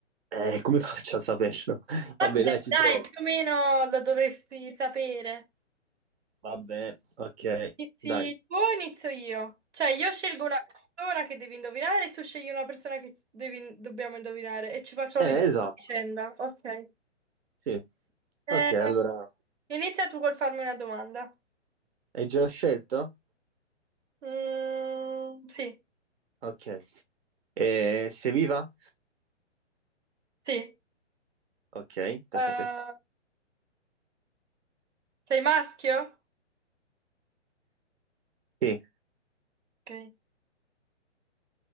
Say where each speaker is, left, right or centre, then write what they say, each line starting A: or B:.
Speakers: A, on the right (about 55°); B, on the right (about 70°).
A: Eh, come faccio a saperlo? <laughs>
B: Vabbè,
A: Vabbè, dai, ci
B: dai,
A: provo.
B: più o meno lo dovresti sapere.
A: Va bene, ok,
B: Inizi
A: dai.
B: tu o inizio io? Cioè, io scelgo una persona che devi indovinare e tu scegli una persona che devi- dobbiamo indovinare e ci faccio
A: Eh,
B: le domande
A: esatto,
B: a vicenda. Ok.
A: sì.
B: Eh,
A: Ok, allora
B: inizia tu col farmi una domanda.
A: hai già scelto?
B: Mm, sì,
A: Ok. Eh, sei viva?
B: sì.
A: Ok, tocca
B: Eh,
A: a te.
B: Sei maschio?
A: Sì,
B: Ok,